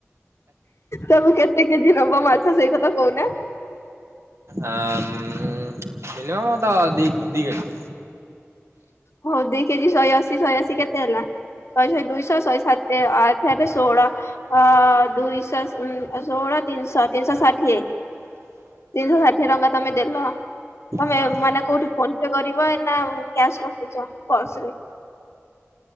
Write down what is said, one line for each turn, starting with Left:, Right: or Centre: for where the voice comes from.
Left: ତମ କେତେ କେଜି ନବ ମାଛ ସେଇ କଥା କହୁନା?
Right: ଆ ମିନିମମ୍ ତ ଦି ଦି କେଜି।
Left: ହଉ ଦିକେଜି ଶହେଅଶୀ ଶହେଅଶୀ କେତେ ହେଲା? ଶହେ ଶହେ ଦୁଇଶହ ଶହେ ସାତ ଆଠେ ଆଠେ ଷୋହଳ ଆ ଦୁଇଶହ ଷୋହଳ ତିନିଶହ ତିନିଶହ ଷାଠିଏ। ତିନିଶହ ଷାଠିଏ ଟଙ୍କା ତମେ ଦେଲ ତମେ
Right: ହଁ
Left: ମାନେ କୋଉଠି ଫୋନ ପେ କରିବ ନା କ୍ୟାସ ରଖିଚ ପର୍ସ ରେ?